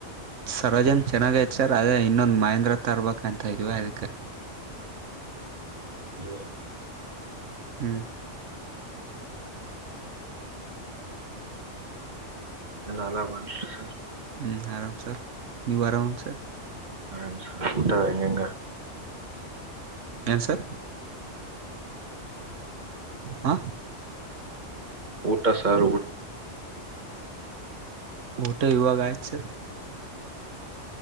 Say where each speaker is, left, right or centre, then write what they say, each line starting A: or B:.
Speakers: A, on the right; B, on the right.
A: ಸರೋಜನ್ ಚೆನ್ನಾಗೈತ್ತು ಸರ್ ಅದೇ ಇನ್ನೊಂದು ಮಹೇಂದ್ರ ತ ಇರ್ಬೇಕಂತ ಇದ್ವಿ ಅದಕ್ಕೆ
B: ಹ
A: ಹ
B: ಎಲ್ಲಲ್ಲ ಬಂದ ಸರ್
A: ಹ್ಞೂ ಆರಾಮ್ ಸರ್ ನೀವು ಆರಾಮನು ಸರ್
B: ಹ ಊಟದ ಹೆಂಗಂಗ
A: ಎಲ್ಲ ಸರ್ ಹಾಂ
B: ಊಟ ಸರ್ ಊ
A: ಕಊಟೆ ಯುುವಕಯ ಸರ್